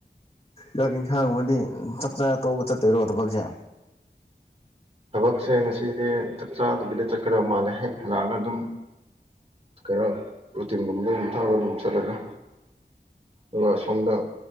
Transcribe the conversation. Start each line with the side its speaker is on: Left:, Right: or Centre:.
Left: ꯆꯥꯛ ꯏꯟꯁꯥꯡꯒꯨꯝꯕꯗꯤ ꯆꯥꯛꯆꯥ ꯇꯣꯛꯑꯒ ꯆꯠꯇꯣꯏꯔꯣ ꯊꯕꯛꯁꯦ
Right: ꯊꯕꯛꯁꯦ ꯉꯁꯤꯗꯤ ꯆꯥꯛ ꯆꯥꯗꯕꯤꯗ ꯆꯠꯀꯗꯕ ꯃꯥꯜꯂꯦ ꯍꯦꯛ ꯍꯜꯂꯛꯑꯒ ꯑꯗꯨꯝ ꯀꯩꯅꯣ ꯄ꯭ꯔꯣꯇꯤꯟꯒꯨꯝꯕ ꯗꯨꯝ ꯊꯛꯑꯒ ꯑꯗꯨꯝ ꯆꯠꯂꯅꯤ ꯑꯗꯨꯒ ꯁꯣꯝꯗ